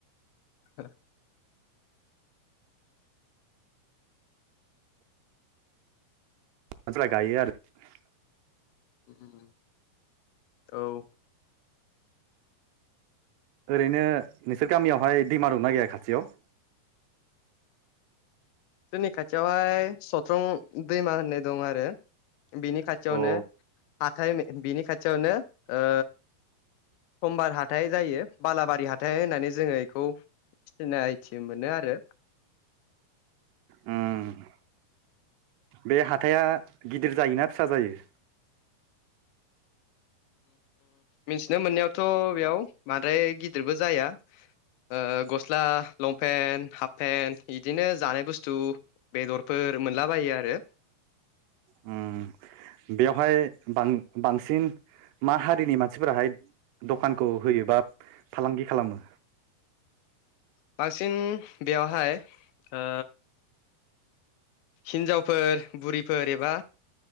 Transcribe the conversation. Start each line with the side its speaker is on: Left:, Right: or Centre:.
Left: <unintelligible>
Right: <unintelligible>
Left: <unintelligible>
Right: ओरैनो नोंसोर गामियावहाय दैमा दंना गैया खाथियाव
Left: जोंनि खाथियावहाय सथ्रं दैमा होननाय दं आरो बिनि खाथियावनो
Right: अ
Left: हाथाय बिनि खाथियावनो ओ समबार हाथाय जायो बालाबारि हाथाय होननानै जोङो इखौ सिनाइथि मोनो आरो
Right: उम बे हाथाइआ गिदिर जायोना फिसा जायो
Left: मिथिनो मोननायावथ बेयाव बांद्राय गिदिरबो जाया ओ गस्ला लंपेन्ट हाफपेन्ट इदिनो जानाय बुस्थु बेदरफोर मोनलाबायो आरो
Right: उम बेवहाय बां बांसिन मा हारिनि मानसिफोराहाय दखानखौ होयो बा फालांगि खालामो
Left: बांसिन बेवहाय ओ हिनजावफोर बुरिफोर एबा